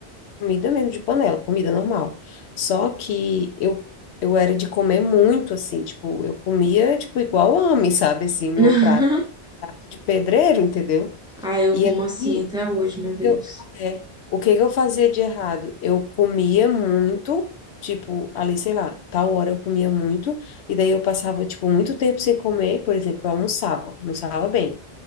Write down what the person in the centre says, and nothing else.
<laughs>
Ah, eu
como
assim até hoje, meu
Deus.